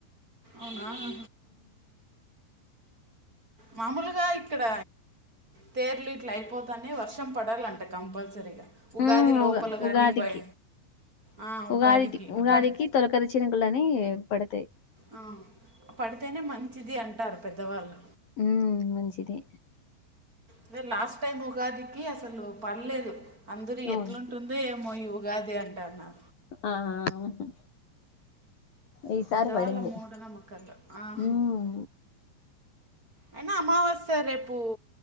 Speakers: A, on the right (about 20°); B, on the left (about 50°).
A: అవునా ఆ మామూలుగా ఇక్కడ తేర్లు ఇట్లు అయిపోతనే వర్షం పడాలంట కంపల్సరీగా ఉగాది
B: ఉ
A: లోపల
B: ఉగా
A: కానీ
B: ఉగాదికి
A: బయ ఆ,
B: ఉగాదిటి
A: ఉగాదికి
B: ఉగాదికి
A: పడి
B: తొలకరిచినుకులని పడతయి.
A: ఆ పడితేనే మంచిది అంటారు పెద్దలు పెద్ద వాళ్ళు
B: ఉ మంచిది
A: అదే లాస్ట్ టైం ఉగాదికి అసలు పడ్లేదు. అందరు
B: అవును
A: ఎట్లుంటుందో ఏమో ఈ ఉగాది అని తాన
B: ఆ ఈసారి అవును ఈ సారి
A: పెద్దవాళ్ళ
B: పడింది
A: మూఢనమ్మకాలు ఆ.
B: హ్మ్
A: అయినా అమావాస్య రేపు